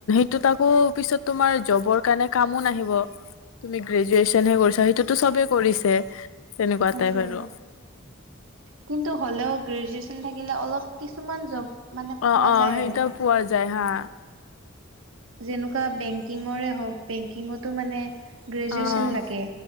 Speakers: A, on the left (about 75°); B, on the right (about 75°).
A: তাকো পিছত তোমাৰ জবৰ কাৰণে কামো নাহিব, তুমি গ্ৰেজুৱেচনহে কৰিছা সেইটোতো চবে কৰিছে। তেনেকুৱা
B: সেইটোৱে।
A: টাইপ আৰু
B: কিন্তু হ'লেও গ্ৰেজুৱেচন থাকিলে অলপ কিছুমান জব মানে
A: অ',
B: পোৱা
A: অ',
B: যায়
A: সেইতাও
B: আৰু
A: পোৱা যায় হা।
B: যেনেকুৱা বেংকিঙৰে হওঁক, বেংকিঙতো মানে গ্ৰেজুৱেচন
A: অ
B: লাগে।